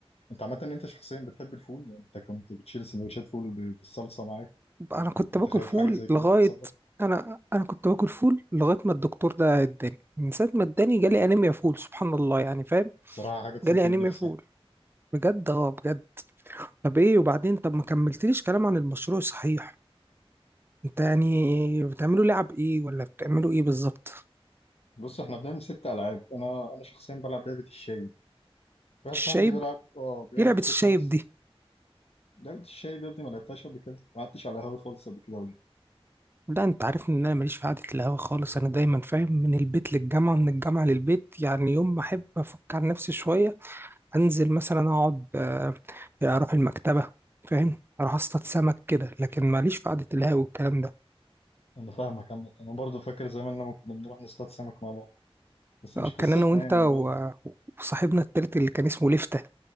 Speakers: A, on the left (about 75°); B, on the right (about 20°).
A: أنت عامة أنت شخصيا بتحب الفول يعني أنت كنت بتشيل سندوتشات فول ب- بالصلصة معاك
B: انا كنت
A: وكنت
B: باكل
A: خايف
B: فول
A: حاجة زي كده
B: لغايه
A: تحصل لك
B: انا انا كنت باكل فول لغايه ما الدكتور ده اداني من ساعه ما اداني جالي انيميا فول سبحان الله يعني فاهم
A: بصراحة حاجة تسد
B: جالي
A: النفس
B: انيميا فول
A: يعني
B: بجد اه بجد طب ايه وبعدين طب ما كملتليش كلام عن المشروع صحيح انت يعني بتعملوا لعب ايه ولا بتعملوا ايه بالظبط
A: بص احنا بنعمل ست ألعاب أنا أنا شخصيا بلعب لعبة الشايب واحد
B: الشايب
A: صاحبي بيلعب اه بيعمل
B: ايه لعبة
A: تشيكرز
B: الشايب دي
A: لعبة الشايب يا ابني ما لعبتهاش قبل كده ما قعدتش على القهوة خالص قبل كده ولا
B: لا انت عارفني ان انا ماليش في قعدة القهوة خالص انا دايما فاهم من البيت للجامعة من الجامعة للبيت يعني يوم ما احب افك عن نفسي شوية انزل مثلا اقعد آه، اروح المكتبة فاهم اروح اصطاد سمك كده لكن ماليش في قعدة القهوة والكلام ده
A: انا فاهمك عامة انا برضو فاكر زمان لما كنا بنروح نصطاد سمك مع بعض بس مش
B: آه،
A: قصتنا
B: كان انا وانت
A: يعني
B: و-
A: دلوقتي
B: وصاحبنا التالت اللي كان اسمه لفتة